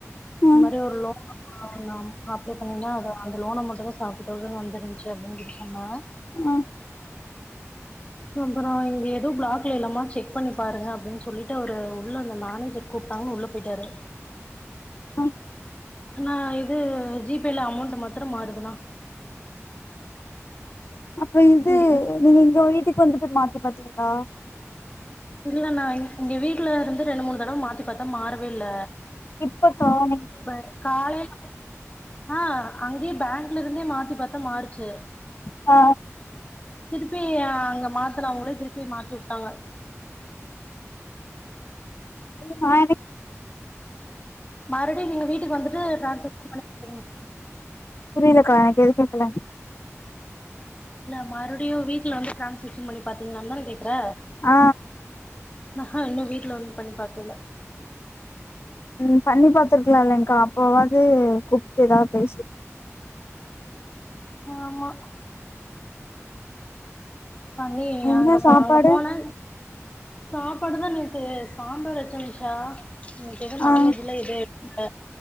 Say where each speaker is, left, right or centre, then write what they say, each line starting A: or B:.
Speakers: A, on the left; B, on the left.
A: ஆ
B: இது மாரி ஒரு லோன் ஒன்னு அப்ளை பண்ணேனா அத அந்த லோன் அமௌண்ட் தா செவண்டி தௌசண்ட் வந்துருச்சு அப்டின்னு சொல்லி சொன்னே
A: ம்
B: அப்புறோ இங்க எதுவு பிளாக்ல இல்லாம செக் பண்ணி பாருங்க அப்டின்னு சொல்லிட்டு அவரு உள்ள அந்த மேனேஜர் கூப்ட்டாங்கனு உள்ள போயிட்டாரு
A: ம்
B: நா இது ஜி பேயில அமௌண்ட் மத்திரம் மாறுதுன்னா
A: அப்ப இது
B: இங்க
A: நீங்க எங்க வீட்டுக்கு வந்துட்டு மாத்தி பாத்தீங்களா
B: இல்ல நா இங் இங்க வீட்டுல இருந்து ரெண்டு மூணு தடவை மாத்தி பாத்தே மாறவே இல்ல
A: இப்ப காண
B: இப்ப காலைல ஆ அங்கேயே பேங்க்ல இருந்தே மாத்தி பத்தே மாறுச்சு
A: ஆ
B: திருப்பி அங்க மாத்தறவங்களே திருப்பி மாத்தி வுட்டாங்க
A: இல்ல நா என்ன
B: மறுவுடி நீங்க வீட்டுக்கு வந்துட்டு டிரான்சக்ஷன் பண்ணி பாதிங்களா
A: புரிலக்கா எனக்கு எது கேக்கல
B: இல்ல மறுபடியு வீட்டுல வந்து டிரான்சாக்ஷன் பண்ணி பாத்தீங்களான்னு தானே கேக்குற
A: ஆ
B: ஆஹ் இன்னு வீட்டுல வந்து பண்ணி பாக்கல
A: ம் பண்ணி பாத்துருக்கலா இல்லைங்கா அப்பாவது கூப்ட்டு ஏதாது பேசி
B: ஆமா பண்ணி
A: என்ன
B: அங்க போ
A: சாப்பாடு
B: அங்க போனே சாப்பாடு தா நேத்து சாம்பார் வெச்ச நிஷா இன்னைக்கி எதோ நான்வெஜ்லா
A: ஆ
B: எதோ ல்ல